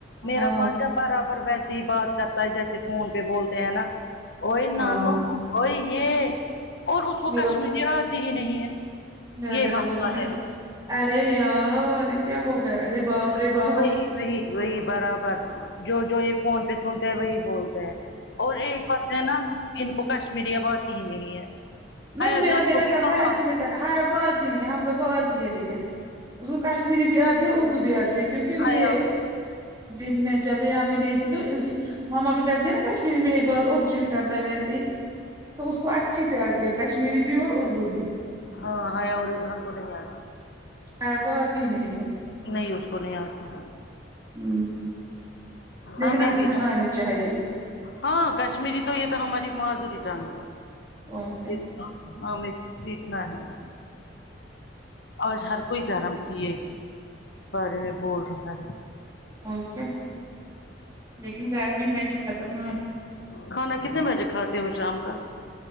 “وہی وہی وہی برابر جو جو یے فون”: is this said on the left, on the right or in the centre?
Left